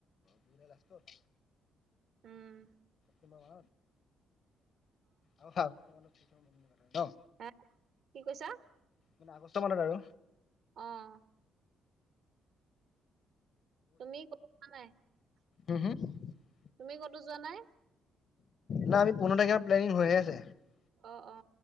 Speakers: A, on the left; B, on the right.
A: জুলাই লাষ্টত
B: উম
A: তোমাৰ অ ভ তোমালোক মন কৰা ন।
B: হে কি কৈছা?
A: মানে আগষ্ট মানত আৰু
B: অ <unintelligible> তুমি ক নাই। <unintelligible>
A: ওহু, <unintelligible>
B: তুমি ক'তো যোৱা নাই?
A: ন আমি পোন্ধৰ তাৰিখে তুমাৰ প্লানিং হৈয়ে আছে। <unintelligible>
B: অ অ